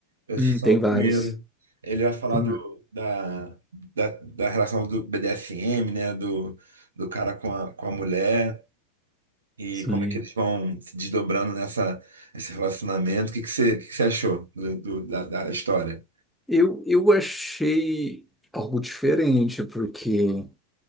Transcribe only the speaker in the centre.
Hum,
tem
vários.
Tem,
sim.
Eu, eu achei algo diferente, porque